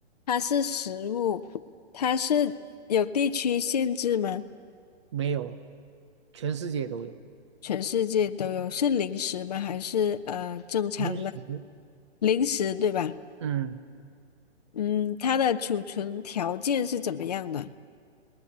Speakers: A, on the left (about 40°); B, on the right (about 25°).
A: 它是食物，它是有地区限制吗？
B: 没有，全世界都有，
A: 全世界都有，是零食吗？还是呃正常的
B: 零食
A: 零食，对吧？
B: 嗯，
A: 嗯，它的储存条件是怎么样的？